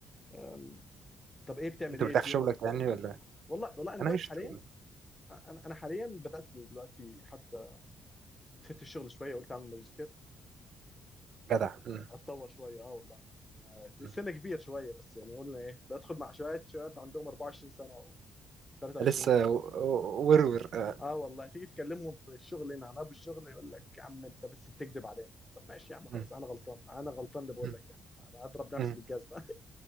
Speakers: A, on the left; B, on the right.
A: أم، طب ايه بتعمل
B: انت
A: ايه
B: مرتاح
A: في
B: في
A: يومك
B: شغلك يعني
A: تاني
B: ولا
A: والله والله انا
B: انا
A: دلوقتي
B: قشطة
A: حاليا
B: والله.
A: انا انا حاليا بدات دلوقتي حتى سبت الشغل شويه قلت اعمل ماجستير
B: جدع مم.
A: اتطور شويه اه والله يعني
B: مم.
A: السن كبير شويه بس يعني قلنا ايه بدخل مع شويه شباب عندهم 24 سنه و 23
B: لسه
A: سنه
B: و- و- ورور آه.
A: اه والله تيجي تكلمهم في الشغل هنا عن ابو الشغل يقول لك يا عم انت بس بتكذب علينا طب ماشي يا عم خلاص
B: مم.
A: انا غلطان انا غلطان اللي بقول
B: مم.
A: لك يعني انا اضرب
B: مم.
A: نفسي بالجزمه <laughs>